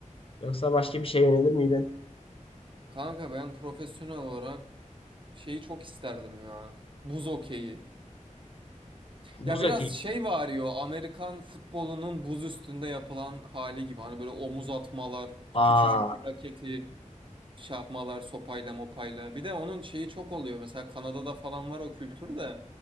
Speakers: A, on the left (about 45°); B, on the right (about 40°).
A: Yoksa başka bir şey yönelir miydin?
B: Kanka ben profesyonel olarak şeyi çok isterdim ya. Buz okeyi.
A: Buz
B: Ya biraz
A: hokeyi.
B: şey var ya Amerikan futbolunun buz üstünde yapılan hali gibi. Hani böyle omuz atmalar,
A: Aa.
B: küçücük raketi şey yapmalar sopayla mopayla. Bir de onun şeyi çok oluyor. Mesela Kanada'da falan var o kültür de.